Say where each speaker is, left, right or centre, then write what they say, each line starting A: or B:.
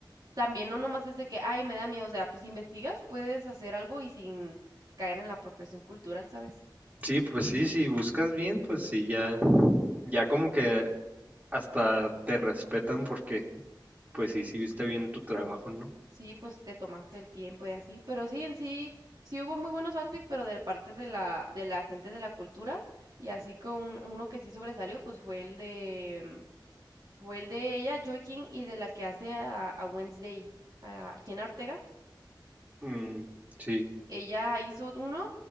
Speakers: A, on the right (about 55°); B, on the right (about 20°).
A: también no nomás es de que, ay, me da miedo. O sea, pues si investigas, puedes hacer algo y sin caer en la apropiación cultural, ¿sabes?
B: Sí, pues sí, si buscas bien, pues sí, ya, ya como que hasta te respetan porque, pues sí, sí viste bien tu trabajo, ¿no?
A: Sí, pues te tomaste el tiempo y así, pero sí, en sí, sí hubo muy buenos outfits, pero de parte de la, de la gente de la cultura, y así con uno que sí sobresalió, pues fue el de, mm, fue el de ella, Joy King, y de la que hace a, a Wednesday, a Jenna Ortega.
B: Mm, sí.
A: Ella hizo uno,